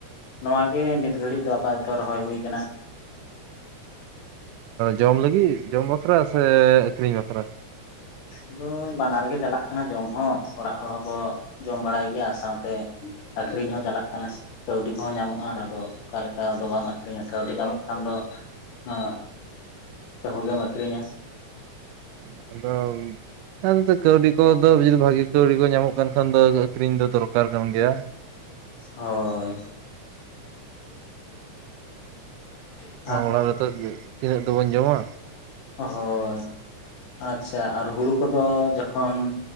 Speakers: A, on the left; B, on the right.
A: ᱱᱚᱣᱟ ᱜᱮ ᱱᱤᱛ ᱜᱷᱟᱹᱲᱤᱡ ᱫᱚ ᱟᱯᱟᱛᱚᱛᱚ ᱨᱚᱦᱚᱭ ᱦᱩᱭᱩ ᱟᱠᱟᱱᱟ᱾
B: ᱡᱚᱢ ᱞᱟᱹᱜᱤᱫ ᱡᱚᱢ ᱵᱟᱠᱷᱨᱟ ᱥᱮ ᱟᱹᱠᱷᱨᱤᱧ ᱵᱟᱠᱷᱨᱟ?
A: ᱟᱫᱚ ᱵᱟᱱᱟᱨ ᱜᱮ ᱪᱟᱞᱟᱜ ᱠᱟᱱᱟ ᱡᱚᱢ ᱦᱚᱸ ᱚᱲᱟᱜ ᱦᱚᱲ ᱦᱚᱸᱠᱚ ᱡᱚᱢ ᱵᱟᱲᱟᱭ ᱜᱮᱭᱟ ᱟᱨ ᱥᱟᱶᱛᱮ ᱟᱠᱷᱨᱤᱧ ᱦᱚᱸ ᱪᱟᱞᱟᱜ ᱠᱟᱱᱟ᱾ ᱠᱟᱹᱣᱰᱤ ᱠᱚᱦᱚᱸ ᱧᱟᱢᱚᱜᱼᱟ ᱟᱫᱚ ᱚᱠᱟ ᱞᱮᱠᱟᱫᱚ ᱵᱟᱢ ᱟᱹᱷᱨᱤᱧᱟ ᱠᱟᱹᱣᱰᱤ ᱧᱟᱢᱚᱜ ᱠᱷᱟᱱ ᱫᱚ ᱦᱮᱸ ᱛᱟᱦᱚ ᱜᱮᱢ ᱟᱹᱠᱷᱨᱤᱧᱟ᱾
B: <unintelligible> ᱟᱫᱚ ᱠᱟᱹᱣᱰᱤ ᱠᱚᱫᱚ ᱡᱩᱫᱤ ᱵᱷᱟᱜᱤ ᱠᱟᱹᱣᱰᱤ ᱠᱚ ᱧᱟᱢᱚᱜ ᱠᱟᱱ ᱠᱷᱟᱱ ᱫᱚ ᱟᱹᱠᱷᱨᱤᱧ ᱫᱚ ᱫᱚᱨᱠᱟᱨ ᱠᱟᱱ ᱜᱮᱭᱟ᱾
A: ᱦᱳᱭ <unintelligible>
B: ᱚᱲᱟᱜ ᱨᱮᱫᱚᱚ ᱛᱤᱱᱟᱹᱜ ᱫᱚᱵᱚᱱ ᱡᱚᱢᱟ᱾
A: ᱦᱳᱭ ᱟᱪᱪᱷᱟ ᱟᱨ ᱦᱩᱲᱩ ᱠᱚᱫᱚ ᱡᱚᱠᱷᱚᱱ